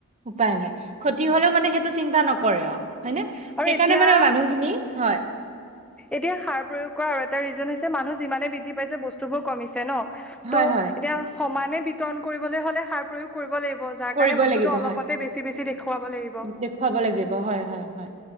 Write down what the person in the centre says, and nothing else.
আৰু
এতিয়া
এতিয়া সাৰ প্ৰয়োগ কৰা আৰু এটা ৰিজন হৈছে মানুহ যিমানে বৃদ্ধি পাইছে বস্তু বোৰ কমিছে ছে ন
ত'
এতিয়া সমানে বিতৰণ কৰিবলৈ হলে সাৰ প্ৰয়োগ কৰিব লাগিব। যাৰ
কাৰণে বস্তুটো
অলপতে
বেছি বেছি দেখুৱাব লাগিব।